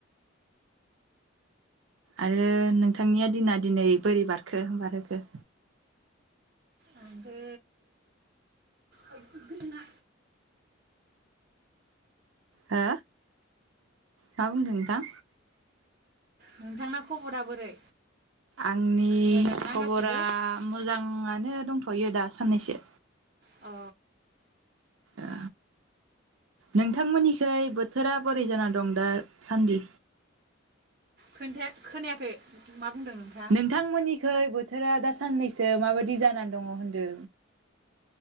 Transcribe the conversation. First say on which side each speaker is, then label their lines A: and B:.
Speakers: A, on the right; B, on the right.
A: आरो नोंथांनिया दिना दिनै बोरै बारखो बारहोखो?
B: आंफो <unintelligible>
A: हो मा बुंदों नोंथां?
B: नोंथांना खब'रा बोरै?
A: आंनि
B: मोजांना
A: खब'रा
B: गासिबो
A: मोजांआनो दंथ'यो दा साननैसो।
B: अ
A: ओ नोंथांमोननि खै बोथोरा बोरै जाना दं दा सान्दि?
B: खोनथाया खोनायाखै। मा बुंदों नोंथाङा
A: नोंथांमोननिखै बोथ थोरा दा साननैसो ओ माबायदि जानानै दङ होनदो?